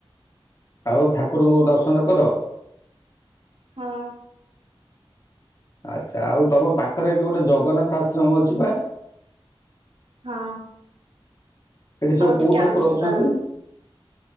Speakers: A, on the left; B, on the right.
A: ଆଉ ଠାକୁରଙ୍କୁ ଦର୍ଶନ କର?
B: ହଁ।
A: ଆଚ୍ଛା ଆଉ ତୋମ ପାଖରେ ଏଠି ଗୋଟେ ଜଗନ୍ନାଥ ଆଶ୍ରମ ଅଛି ପା?
B: ହଁ।
A: ସେଠି ସବୁ
B: ଆଉ
A: କୋଉ
B: ଟିକେ
A: ଠାକୁର
B: ଆଗକୁ
A: ଅଛନ୍ତି?
B: ତାର